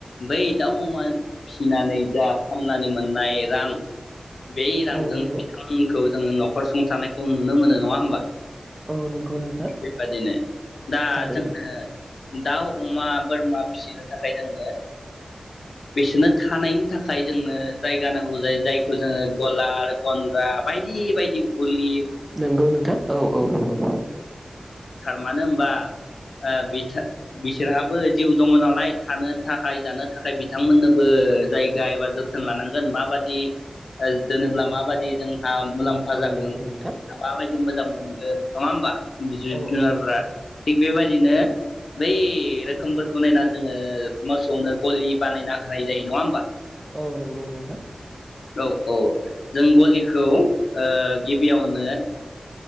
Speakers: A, on the left; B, on the right.
A: बै दाउ अमा फिसिनानै जा फामनानै मोननाय रां बै रांजों
B: औ नंगौ
A: बिथांमोनखौ जोङो नखर सुंथानायखौ नुनो मोनो नङा होमबा
B: औ नंगौ नोंथां
A: बेबादिनो दा
B: थारैनो
A: जोङो दाउ अमा बोरमा फिसिनो थाखाय जोंनो बिसोरनो थानायनि नि थाखाय जोंनो जायगा नांगौ जायो जायखौ जोङो गलार गन्द्रा बायदि बायदि गुलि
B: नंगौ नोंथां औ - औ नंगौ।
A: थार मानो होनबा बिथा बिसोरहाबो जिउ दङ नालाय थानो थाखाय जानो थाखाय बिथांमोननोबो जाय गायबा जोथोन लानांगोन माबादि दोनोब्ला माबादि जों फा मुलाम्फा
B: औ
A: जागोन
B: नंगौ नोंथां
A: बिथांमोन माबायदि मोजां मोनगोन नङा होमबा बिज
B: औ
A: जुनारफोरा
B: औ नंगौ
A: थिग बेबायदिनो बै रोखोमफोरखौ नायना जोङो मोसौनो गलि बानायना होनाय जायो नङा होमबा?
B: औ नंगौ नोंथां ।
A: औ औ जों गलिखौ ओ गिबियावनो